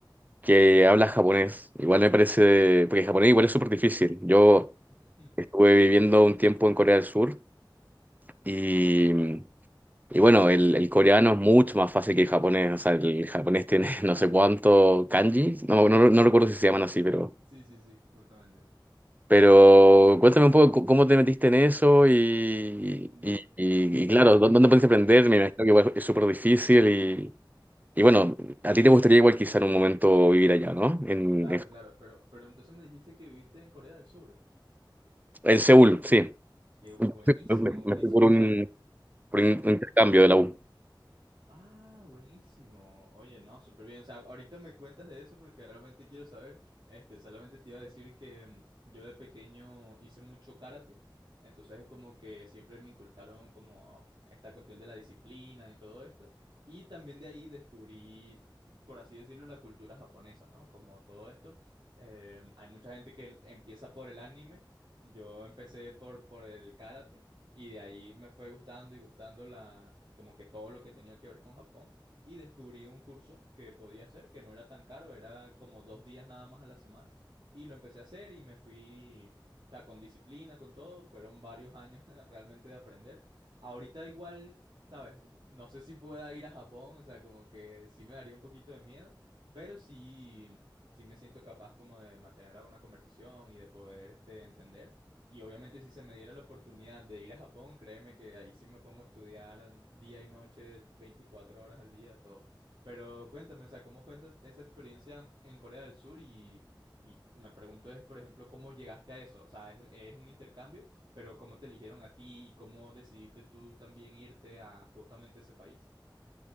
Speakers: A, on the right; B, on the right.
A: que habla japonés. Igual me parece, porque japonés igual es súper difícil. Yo
B: <laughs>
A: estuve viviendo un tiempo en Corea del Sur y, y bueno, el, el coreano es mucho más fácil que el japonés. O sea, el japonés tiene <laughs> no sé cuánto kanji, no, no, no recuerdo si se llaman así, pero...
B: Sí, sí, sí, justamente.
A: Pero cuéntame un poco c- cómo te metiste en eso y,
B: Mm,
A: y, y- y claro, ¿dó- ¿dónde pudiste aprender? Me imagino que igual es súper difícil y, y bueno, a ti te gustaría igual quizá en un momento vivir allá, ¿no? En,
B: Claro,
A: en,
B: claro, pero, pero entonces me dijiste que viviste en Corea del Sur.
A: en Seúl, sí.
B: Qué buenísimo,
A: Me, me-
B: buenísimo.
A: me fui por un,
B: O sea,
A: por un
B: ¿cómo?
A: intercambio de la U.
B: Ah, buenísimo. Oye, no, súper bien. O sea, ahorita me cuentas de eso porque realmente quiero saber. Este, solamente te iba a decir que mm, yo de pequeño hice mucho karate. Entonces es como que siempre me inculcaron como esta cuestión de la disciplina y todo esto. Y también de ahí descubrí, por así decirlo, la cultura japonesa, ¿no? Como todo esto. Em, hay mucha gente que empieza por el anime. Yo empecé por, por el karate. Y de ahí me fue gustando y gustando la, como que todo lo que tenía que ver con Japón. Y descubrí un curso que podía hacer, que no era tan caro, era como dos días nada más a la semana. Y lo empecé a hacer y me fui, o sea, con disciplina, con todo. Fueron varios años <laughs> realmente de aprender. Ahorita igual, ¿sabes? No sé si pueda ir a Japón, o sea, como que sí me daría un poquito de miedo, pero sí, sí me siento capaz como de mantener alguna conversación y de poder, este, entender. Y obviamente si se me diera la oportunidad de ir a Japón, créeme que ahí sí me pongo a estudiar día y noche, 24 horas al día, todo. Pero cuéntame, o sea, ¿cómo fue esa, esa experiencia en Corea del Sur? Y, y me pregunto es, por ejemplo, ¿cómo llegaste a eso? O sea, es, es un intercambio, pero ¿cómo te eligieron a ti y cómo decidiste tú también irte a justamente ese país?